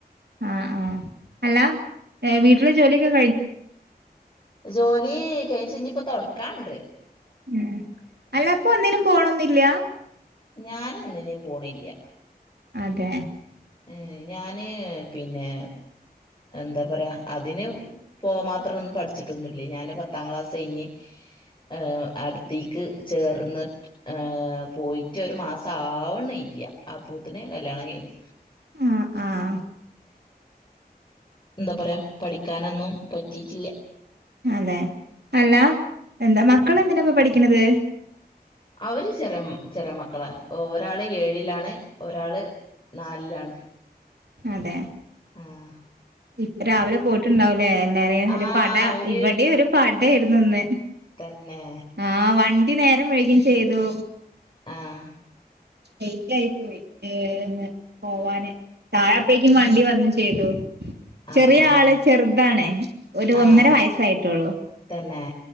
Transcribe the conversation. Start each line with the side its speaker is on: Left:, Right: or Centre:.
Right: ആഹ് ആഹ് അല്ല എവിട്ർ
Left: ആ,
Right: ജോലിയൊക്കെ
Left: ജോലി കഴിച്ചഞ്ഞിപ്പ തൊടക്കാണ്ട്
Right: ഉം അല്ലപ്പൊ ഒന്നിനും പോണം എന്നില്ല
Left: ഞാനും ഒന്നിനീപോണില്ല
Right: അതെ
Left: ഏ ഞാന് പിന്നെ എന്താ പറയാ അതിന് പോ മാത്രം ഒന്നും പഠിച്ചിട്ടൊന്നുല്ലേ ഞാന് പത്താം ക്ലാസ്സഴിഞ്ഞ് ഏർ അടുത്തേക്ക് ചേർന്ന് ഏർ പോയിട്ട് ഒരു മാസം ആവണേല്ല അപൂത്തിനെ കല്യാണം കഴിഞ്ഞു
Right: ആഹ് ആഹ്
Left: എന്താ പറയാ പഠിക്കാനൊന്നും പറ്റിട്ടില്ല
Right: അതെ അല്ല എന്താ
Left: ഉം
Right: മക്കൾ എന്തിനാ ഇപ്പ പഠിക്കണത്
Left: അവര് ചെരം ചെര മക്കളാ ഒരാള് ഏഴിലാണ് ഒരാള് നാലിലാണ്
Right: അതെ
Left: ആഹ്
Right: ഇപ്പ രാവിലെ പോയിട്ടുണ്ടാവലേ എല്ലാരേ
Left: ആഹ്
Right: ഒരു പട
Left: അവര്
Right: ഇവിടെ ഒരു പട യിരുന്നു ഇന്ന്
Left: തന്നെ
Right: ആ വണ്ടി നേരം വഴുകും ചെയ്തു
Left: ആഹ്
Right: എേറ്റ ആയി പോയി ഏന്ന് പോവാന് താഴെ അപ്പഴേക്കും വണ്ടി വന്നു ചെയ്തു
Left: ആഹ്
Right: ചെറിയ
Left: ആഹ്
Right: ആള് ചെറുതാണ് ഒരു
Left: ആഹ്
Right: ഒന്നര വയസായിട്ടുള്ളു
Left: തന്നെ